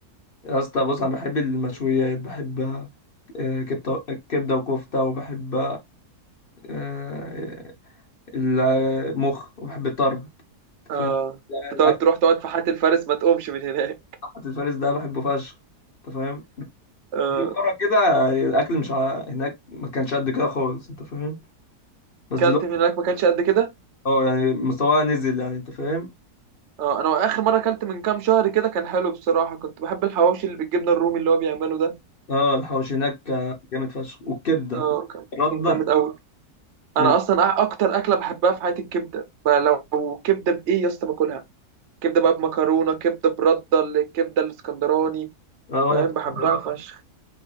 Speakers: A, on the left; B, on the right.
A: يا اسطى بص انا بحب المشويات بحب آه، كبده كبده وكفته وبحب آه، المخ وبحب الطرب أنت
B: آه
A: فاهم
B: أنت
A: الاكل
B: تقعد تروح تقعد في حاتي الفارس ما تقومش من هناك
A: حتى الفارس ده بحبه فشخ انت فاهم
B: آه
A: جيب مرة كده الأكل مش ع... هناك ما كانش قد كده خالص أنت فاهم بس
B: أكلت
A: دلوقتي
B: من هناك ما كانش قد كده
A: أه يعني مستواها نزل يعني أنت فاهم
B: آه أنا آخر مرة أكلت من كام شهر كده كان حلو بصراحة كنت بحب الحواوشي اللي بالجبنة الرومي اللي هو بيعمله ده
A: أه الحواوشي هناك جامد فشخ والكبدة
B: اه كان
A: الردة
B: كان جامد قوي
A: من
B: انا اصلا أ- اكتر اكله بحبها في حياتي الكبده بقى لو كبده بايه يا اسطى باكلها كبده بقى بمكرونه كبده برده الكبده الاسكندراني
A: أه وأنا
B: فاهم
A: كمان
B: بحبها
A: برضه.
B: آه. فشخ